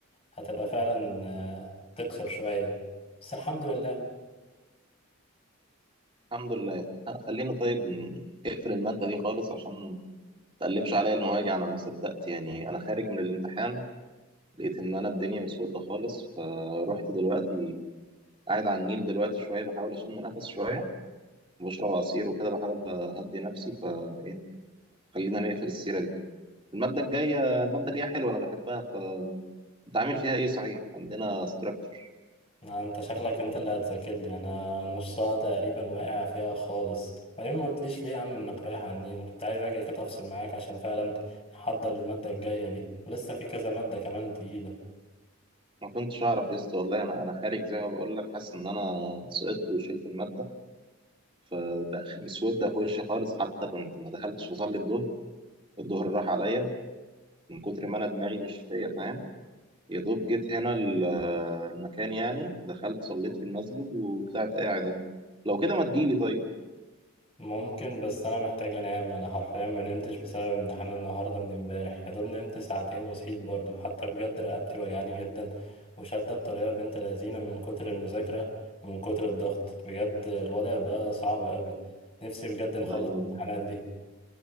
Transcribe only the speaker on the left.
هتبقى فعلا آه، تكسر شوية بس الحمد لله
ما انت شغلك انت اللي هتذاكر لي انا نصها تقريبا واقع فيها خالص وبعدين ما قلتليش ليه يا عم انك رايح عني انا كنت عايز اجي كده افصل معاك عشان فعلا نحضر المادة الجاية دي ولسه في كذا مادة كمان تقيلة
ممكن بس انا محتاج انام انا حرفيا ما نمتش بسبب امتحان النهارده من امبارح يا دوب نمت ساعتين وصحيت برضو حتى بجد رقبتي وجعاني جدا وشادة بطريقه بنت لذينه من كتر المذاكره ومن كتر الضغط بجد الوضع بقى صعب قوي نفسي بجد نخلص
الامتحانات دي